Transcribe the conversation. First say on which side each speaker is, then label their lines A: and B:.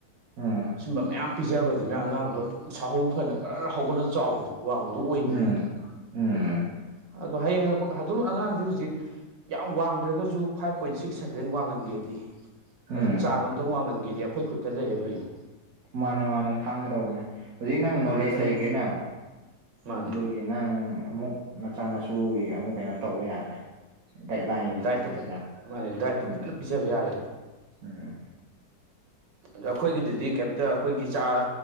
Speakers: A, on the right; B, on the right.
A: ꯎꯝ
B: ꯁꯨꯝꯕ ꯃꯌꯥꯝ ꯄꯤꯖꯕꯖꯦ ꯑꯗꯨꯅ ꯑꯉꯥꯡꯗꯣ ꯑꯗꯨꯝ ꯁꯥꯍꯧ ꯐꯥꯅ ꯄꯔꯔ ꯍꯧꯒꯠꯂꯒ ꯆꯥꯎꯕꯗꯣ ꯋꯥꯡꯕꯗꯣ ꯑꯣꯏꯈꯤꯕ
A: ꯎꯝ ꯎꯝ
B: ꯑꯗꯣ ꯍꯌꯦꯡ ꯑꯗꯨꯝ ꯑꯉꯥꯡꯁꯦ ꯍꯧꯖꯤꯛ ꯌꯥꯝ ꯋꯥꯡꯗ꯭ꯔꯒꯁꯨ ꯐꯥꯏꯚ ꯄꯣꯏꯟ ꯁꯤꯛ ꯁꯚꯦꯟ ꯋꯥꯡꯍꯟꯒꯦꯗꯤ
A: ꯎꯝ
B: ꯑꯗꯨꯝ ꯆꯥꯡ ꯑꯝꯇ ꯋꯥꯡꯍꯟꯒꯦꯗꯤ ꯑꯩꯈꯣꯏ ꯈꯨꯠꯇ ꯂꯩꯌꯦꯕ ꯍꯌꯦꯡ
A: ꯃꯥꯅꯦ ꯃꯥꯅꯦ ꯈꯪꯒꯗꯧꯕꯅꯦ ꯍꯧꯖꯤꯛ ꯅꯪ ꯅꯣꯂꯦꯖ
B: ꯐꯖꯅ
A: ꯂꯩꯈ꯭ꯔꯦꯅ
B: ꯃꯥꯅꯦ
A: ꯑꯗꯨꯒꯤ ꯑꯗꯨꯒꯤ ꯅꯪ ꯑꯃꯨꯛ ꯅꯆꯥ ꯅꯁꯨꯒꯤ ꯑꯃꯨꯛ ꯀꯩꯅꯣ ꯇꯧꯕ ꯌꯥꯔꯦ ꯒꯥꯏꯗꯂꯥꯏꯟ
B: ꯃꯥꯅꯦ ꯗꯥꯏꯠꯇꯣ
A: ꯍꯥꯏꯁꯤꯔꯥ
B: ꯐꯖꯅ ꯃꯥꯅꯦ ꯗꯥꯏꯠꯇꯣ
A: ꯎꯝ
B: ꯐꯖꯅ ꯄꯤꯖꯕ ꯌꯥꯔꯦꯕ
A: ꯎꯝ
B: ꯑꯗ ꯑꯩꯈꯣꯏꯒꯤꯗꯨꯗꯤ ꯀꯩꯝꯇ ꯑꯩꯈꯣꯏꯒꯤ ꯆꯥ